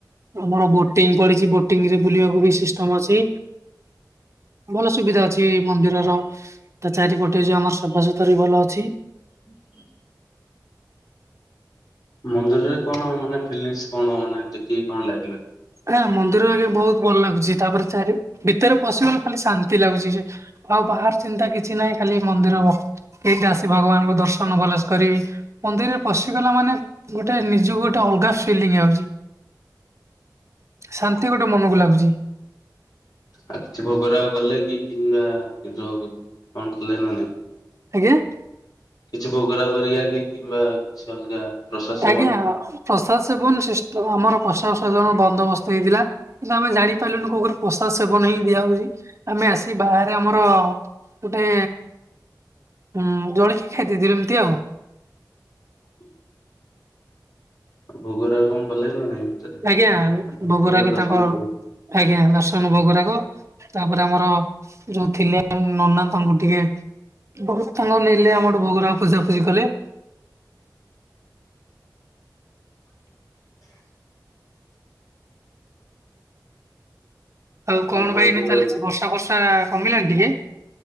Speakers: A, on the right; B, on the left.
A: ଆମର ବୋଟିଂ ପଡିଛି ବୋଟିଙ୍ଗରେ ବୁଲିବାକୁ ବି ସିଷ୍ଟମ ଅଛି ଭଲ ସୁବିଧା ଅଛି ମନ୍ଦି ରର ତା ଚାରିପଟେ ଯୋଉ ଆମର ସଫାସୁତୁର ବି ଭଲ ଅଛି।
B: ହ ହ ମନ୍ଦିରରେ କଣ ମାନେ ଫିଲିଙ୍ଗସ କଣ ମାନେ ଦେଖିକି କଣ ଲାଗିଲା?
A: ନା ମନ୍ଦିର ଆଗେ ବହୁତ ଭଲ ଲାଗୁଛି ତାପରେ ଚାରି ଭିତରେ ପଶିଗଲେ ଖାଲି ଶାନ୍ତି ଲାଗୁଛି ଯେ ଆଉ ବାହାର ଚିନ୍ତା କିଛି ନାହିଁ ଖାଲି ମନ୍ଦିର କେନ୍ତି ଆସି ଭଗବାନଙ୍କୁ ଦର୍ଶନ ଭଲସେ କରିବି। ମନ୍ଦିରରେ ପଶିଗଲା ମାନେ ଗୋଟେ ନିଜକୁ ଗୋଟେ ଅଲଗା ଫିଲିଙ୍ଗ ଆସୁଛି। ଶାନ୍ତି ଗୋଟେ ମନକୁ ଲାଗୁଛି।
B: ଆଉ କିଛି ଭୋଗ ରାଗ କଲେ କି କିମ୍ବା କଣ କଲେ ନା ନାଇଁ।
A: ଆଜ୍ଞା।
B: କିଛି ଭୋଗ ରାଗ କଲେ କି କିମ୍ବା କିଛି ଅଲଗା ପ୍ରସାଦ ସେବନ
A: ଆଜ୍ଞା। ପ୍ରସାଦ ସେବନ ସିଷ୍ଟମ ଆମର ପ୍ରସାଦ ସେବନ ବନ୍ଦୋବସ୍ତ ହେଇଥିଲା କିନ୍ତୁ ଆମେ ଜାଣିପାରିଲୁନୁ କୋଉ କରେ ପ୍ରସାଦ ସେବନ ହିଁ ଦିଆହଉଛି ଆମେ ଆ ସି ବାହାରେ ଆମର ଗୋଟେ ଉଁ ଜଳିଖିଆ ଖାଇ ଦେଇଥିଲୁ ଏମତି ଆଉ
B: ହୁଁ ଆଉ ଭୋଗ ରାଗ କଣ କଲେଣି ନା ନାଇଁ? ଭିତରେ?
A: ଆଜ୍ଞା
B: ଏମିତି
A: ଭୋଗ ରାଗ
B: ଦର୍ଶନ
A: ତାଙ୍କ
B: କଲେ
A: ଆଜ୍ଞା ଦର୍ଶନ ଭୋଗ ରାଗ। ତାପରେ ଆମର ଯୋଉ ଥିଲେ ନନା ତାଙ୍କୁ ଟିକେ ବହୁତ ସମୟ ନେଲେ ଆମଠୁ ଭୋଗରା ପୂଜାଫୂଜି କଲେ। ଆଉ କଣ
B: କୁଆଡେ
A: ଭାଇନା
B: ବୁଲାବୁଲି
A: ଚାଲିଛି ବର୍ଷା ଫର୍ଷା କମିଲାଣି ଟିକେ?